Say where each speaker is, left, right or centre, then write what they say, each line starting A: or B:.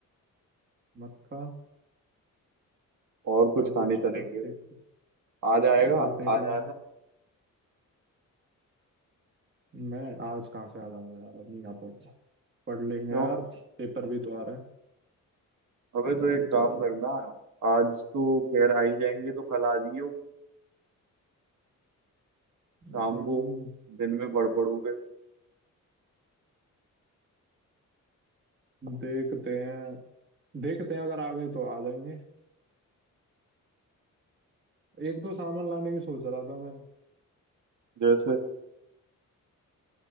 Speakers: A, on the right; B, on the right.
A: मत खा
B: और कुछ
A: और
B: खाने
A: कुछ
B: चलेंगे
A: कर देख
B: आज आएगा
A: और कुछ देख
B: आज
A: लेंगे
B: आ जा
A: मैं आज कहाँ से आ जाऊंगा यार अब नहीं आ पाऊंगा पढ़ लेंगे
B: क्यों
A: यार पेपर भी तो आ रहे हैं
B: अबे
A: पढ़ना
B: तो एक
A: भी
B: काम
A: तो है
B: करना आज तो खैर आ ही जाएंगे तो कल आ जियो
A: हम्म,
B: शाम को दिन में पड़ पड़ोगे
A: देखते हैं देखते हैं अगर आ गए तो आ जाएंगे एक दो सामान लाने की सोच रहा था मैं
B: जैसे